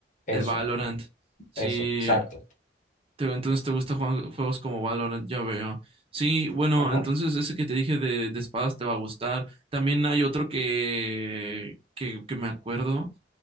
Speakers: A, on the left; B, on the right.
A: eso.
B: El Valorant. Sí,
A: Eso, exacto.
B: Te- Entonces te gusta jugar juegos como Valorant, ya veo. Sí, bueno,
A: Ajá.
B: entonces ese que te dije de, de espadas te va a gustar. También hay otro que, que, que me acuerdo.